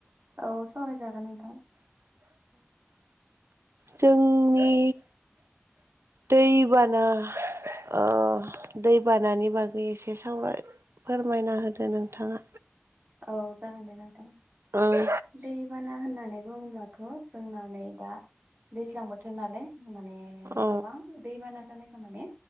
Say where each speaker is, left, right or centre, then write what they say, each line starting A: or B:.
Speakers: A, on the right; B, on the right.
A: औ सावनाय जागोन नोंथां।
B: जोंनि दैबाना ओ दै बानानि बागै एसे सावरा फोरमायना होदो नोंथाङा।
A: औ जागोन दे नोंथां
B: ओं
A: दैबाना होननानै बुङोब्लाथ' जोंना नै दा दैज्लां बोथोर नालाय माने
B: अ
A: गोबां दैबाना जानायखौ माने